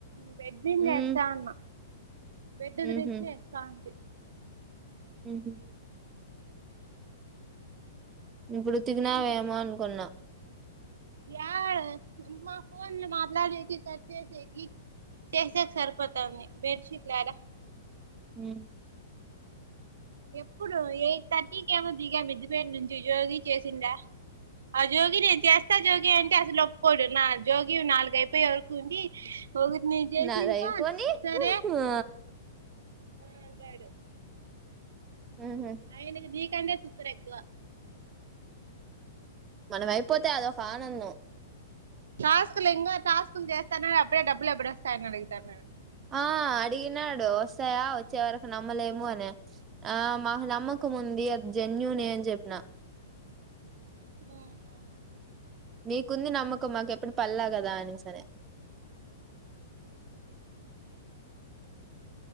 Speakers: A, on the right; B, on the right.
A: బెడ్ మింద
B: హ్మ్.
A: ఏస్తా ఉన్న బెడ్
B: హుహు.
A: ఇదిలిచ్చి ఏస్తా ఉంటి
B: హుహు. ఇప్పుడు ఉతికినావో
A: ఏం తిన్నా
B: ఏమో అనుకున్నా
A: యాడ మా ఫోన్ లో మాట్లాడకి కట్ చేసేకీ చేసేకి సరిపోతావుంది బెడ్షీట్లడా
B: హ్మ్మ్
A: ఎప్పుడు ఎయిట్ థర్టీకి ఏమో దిగాం మిద్ది పై నుంచి జోగి చేసిండా ఆ జోగి నేను చేస్తా జోగి అంట్ అసలు ఒప్పుకోడు నా జోగి నాలుగు అయిపోయే వరకు ఉంది గు న చేసిన
B: నాదయిపోని
A: ఇంకా సరే
B: ఆ!
A: ఆ అంటాడు
B: హుహు.
A: ఆయనకి దీ టెండెతుత్తరేక్కువ
B: మనం అయిపోతే అదొక ఆనందం
A: టాస్కులు ఇంగా టాస్కులు చేస్తానే అప్పుడే డబ్బులు ఎప్పుడు వస్తాయని అడుగుతాన్నాడు
B: ఆ అడిగినాడు వస్తాయా వచ్చే వరకు నమ్మలేము అనే ఆ మాకు నమ్మకంముంది అది జన్యూనే అని చెప్పిన
A: హ్మ్మ్
B: మీకుంది నమ్మకం మాకెప్పుడు పల్లా కదా అనేసనే